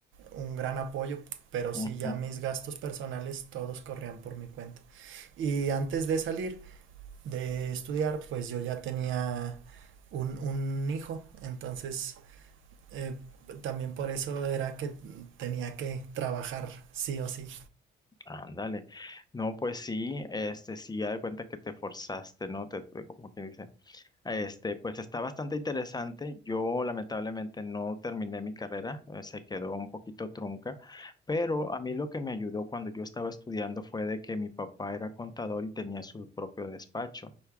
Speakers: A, on the right; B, on the left.
A: un gran apoyo, pero
B: Ujú,
A: sí ya mis gastos personales todos corrían por mi cuenta. Y antes de salir de estudiar, pues yo ya tenía un, un hijo, entonces Eh, también por eso era que tenía que trabajar sí o sí.
B: Ándale. No, pues sí, este, sí, ya de cuenta que te forzaste, ¿no? Te, te- como quien dice. Este, pues está bastante interesante. Yo lamentablemente no terminé mi carrera, eh, se quedó un poquito trunca, pero a mí lo que me ayudó cuando yo estaba estudiando fue de que mi papá era contador y tenía su propio despacho.